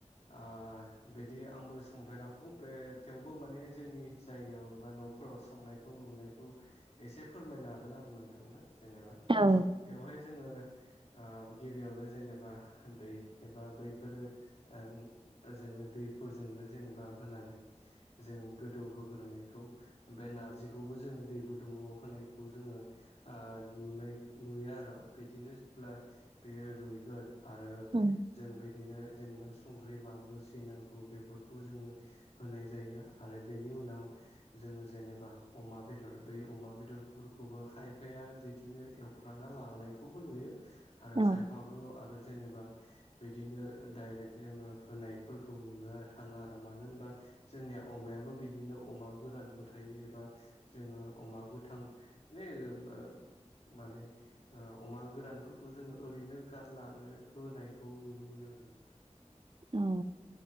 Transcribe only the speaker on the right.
औ।
उम
औ
औ।